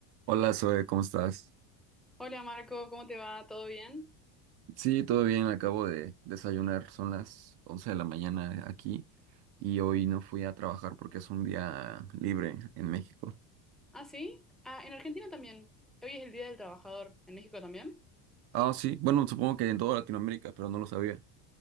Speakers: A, on the right; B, in the centre.
A: Hola Zoe, ¿cómo estás?
B: Hola Marco, ¿cómo te va? ¿Todo bien?
A: Sí, todo bien, acabo de desayunar, son las 11 de la mañana aquí y hoy no fui a trabajar porque es un día libre en México.
B: ¿Ah, sí? Ah, en Argentina también. Hoy es el Día del Trabajador. ¿En México también?
A: Ah, sí, bueno, supongo que en toda Latinoamérica, pero no lo sabía.